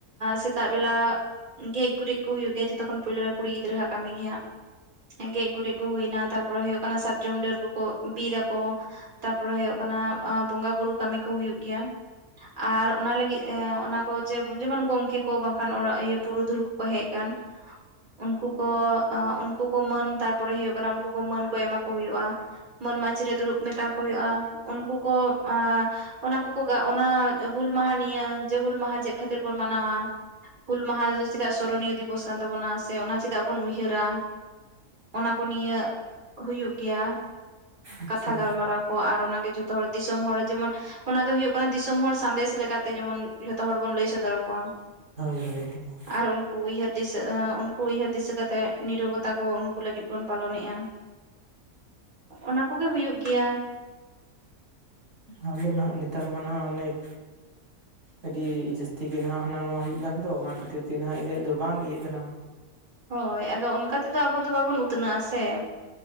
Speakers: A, on the right (about 80°); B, on the right (about 60°).
A: ᱥᱮᱛᱟᱜ ᱵᱮᱞᱟ ᱜᱮᱡ ᱜᱩᱨᱤᱡ ᱠᱚ ᱦᱩᱭᱩᱜ ᱜᱮᱭᱟ ᱡᱚᱛᱚᱠᱷᱚᱱ ᱯᱳᱭᱞᱳ ᱨᱮ ᱠᱩᱲᱤ ᱜᱤᱫᱽᱨᱟᱹᱣᱟᱜ ᱠᱟᱹᱢᱤ ᱜᱮ ᱦᱟᱸᱜ᱾ ᱮᱸ ᱜᱮᱡ ᱜᱩᱨᱤᱡ ᱠᱚ ᱦᱩᱭᱱᱟ, ᱛᱟᱨᱯᱚᱨᱮ ᱦᱩᱭᱩᱜ ᱠᱟᱱᱟ ᱥᱟᱨᱡᱚᱢ ᱰᱟᱹᱨ ᱠᱚᱠᱚ ᱵᱤ ᱫᱟᱠᱚ ᱛᱟᱨᱯᱚᱨᱮ ᱦᱩᱭᱩᱜᱜ ᱠᱟᱱᱟ ᱵᱚᱸᱜᱟ ᱵᱩᱨᱩ ᱠᱟᱹᱢᱤ ᱠᱚ ᱦᱩᱭᱩᱜ ᱜᱮᱭᱟ᱾ ᱟᱨ ᱚᱱᱟ ᱞᱟᱹᱜᱤᱫ ᱚᱱᱟ ᱠᱚ ᱡᱮᱢᱚᱱ ᱜᱚᱢᱠᱮ ᱠᱚ ᱵᱟᱝᱠᱷᱟᱱ ᱚᱲᱟᱜ ᱯᱩᱨᱩᱫᱷᱩᱞ ᱠᱚᱠᱚ ᱦᱮᱡ ᱟᱠᱟᱱ ᱩᱱᱠᱩ ᱠᱚ, ᱩᱱᱠᱩ ᱠᱚ ᱢᱟᱹᱱ ᱛᱟᱨᱯᱚᱨᱮ ᱦᱩᱭᱩᱜ ᱠᱟᱱᱟ ᱩᱱᱠᱩ ᱠᱚ ᱢᱟᱹᱱ ᱠᱚ ᱮᱢᱟ ᱠᱚ ᱦᱩᱭᱩᱜᱼᱟ᱾ ᱢᱟᱹᱱ ᱢᱟᱪᱷ ᱨᱮ ᱫᱩᱲᱩᱵ ᱢᱮᱛᱟ ᱠᱚ ᱦᱩᱭᱩᱜᱼᱟ ᱩᱱᱠᱩ ᱠᱚ ᱟ ᱚᱱᱟ ᱠᱚ ᱠᱚᱜᱮ ᱚᱱᱟ ᱦᱩᱞ ᱢᱟᱦᱟ ᱱᱤᱭᱟ ᱡᱮ ᱦᱩᱞ ᱢᱟᱦᱟ ᱪᱮᱫ ᱠᱷᱟᱹᱛᱤᱨ ᱵᱚᱱ ᱢᱟᱱᱟᱣᱟ? ᱦᱩᱞ ᱢᱟᱦᱟ ᱨᱮᱫᱚ ᱪᱮᱫᱟᱜ ᱥᱚᱨᱚᱱᱤᱭᱚ ᱫᱤᱵᱚᱥ ᱠᱟᱱ ᱛᱟᱵᱚᱱᱟ, ᱥᱮ ᱚᱱᱟ ᱪᱮᱫᱟᱜ ᱵᱚᱱ ᱩᱭᱦᱟᱹᱨᱟ ᱚᱱᱟ ᱠᱚ ᱱᱤᱭᱟ ᱦᱩᱭᱩᱜ ᱜᱮᱭᱟ᱾
B: ᱟᱪᱪᱷᱟ
A: ᱠᱟᱛᱷᱟ ᱜᱟᱞᱢᱟᱨᱟᱣ ᱠᱚ ᱟᱨ ᱚᱱᱟᱜᱮ ᱡᱷᱚᱛᱚ ᱦᱚᱲ ᱫᱤᱥᱚᱢ ᱦᱚᱲ, ᱡᱮᱢᱚᱱ ᱚᱱᱟ ᱫᱚ ᱦᱩᱭᱩᱜ ᱫᱤᱥᱚᱢ ᱦᱚᱲ ᱥᱟᱸᱫᱮᱥ ᱞᱮᱠᱟᱛᱮ ᱡᱮᱢᱚᱱ ᱡᱷᱚᱛᱚ ᱦᱚᱲ ᱵᱚᱱ ᱞᱟᱹᱭ ᱥᱚᱫᱚᱨ ᱟᱠᱚᱣᱟ᱾
B: <unintelligible>
A: ᱟᱨ ᱩᱱᱠᱩ ᱩᱭᱦᱟᱹᱨ ᱫᱤᱥᱟᱹ ᱩᱱᱠᱩ ᱩᱭᱦᱟᱹᱨ ᱫᱤᱥᱟᱹ ᱠᱟᱛᱮᱫ ᱱᱤᱨᱚᱵᱚᱛᱟ ᱠᱚ ᱩᱱᱠᱩ ᱞᱟᱹᱜᱤᱫ ᱵᱚᱱ ᱯᱟᱞᱚᱱᱮᱜᱼᱟ᱾ ᱚᱱᱟ ᱠᱚᱜᱮ ᱦᱩᱭᱩᱜ ᱜᱮᱭᱟ
B: ᱟᱞᱮ ᱱᱟᱦᱟᱸᱜ ᱱᱮᱛᱟᱨ ᱢᱟ ᱱᱟᱦᱟᱸᱜ ᱚᱱᱮᱠ ᱟᱹᱰᱤ ᱡᱟᱹᱥᱛᱤ ᱜᱮ ᱱᱟᱦᱟᱸᱜ ᱦᱟᱱᱟ ᱱᱚᱣᱟ ᱦᱩᱭᱩᱜ ᱠᱟᱱ ᱫᱚ ᱚᱱᱟ ᱠᱷᱟᱹᱛᱤᱨ ᱛᱮ ᱱᱟᱦᱟᱸᱜ ᱤᱱᱟᱹᱜ ᱫᱚ ᱵᱟᱝ ᱤᱭᱟᱹᱜ ᱠᱟᱱᱟ
A: ᱦᱳᱭ᱾ᱟᱫᱚ ᱚᱱᱠᱟ ᱛᱮᱫᱚ ᱟᱵᱚ ᱫᱚ ᱵᱟᱵᱚᱱ ᱩᱛᱱᱟᱹᱜ-ᱟ ᱥᱮ?